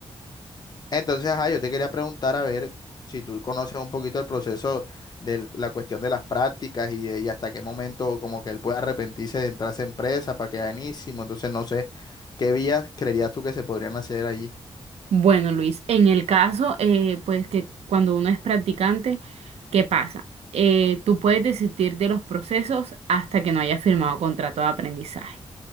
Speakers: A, on the left; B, on the right.
A: Entonces, ajá, yo te quería preguntar a ver si tú conoces un poquito el proceso de la cuestión de las prácticas y, de- y hasta qué momento como que él puede arrepentirse de entrar a esa empresa para quedar en Isimo. Entonces, no sé, ¿qué vías creerías tú que se podrían hacer allí?
B: Bueno, Luis, en el caso, eh, pues que cuando uno es practicante, ¿qué pasa? Eh, tú puedes desistir de los procesos hasta que no hayas firmado contrato de aprendizaje.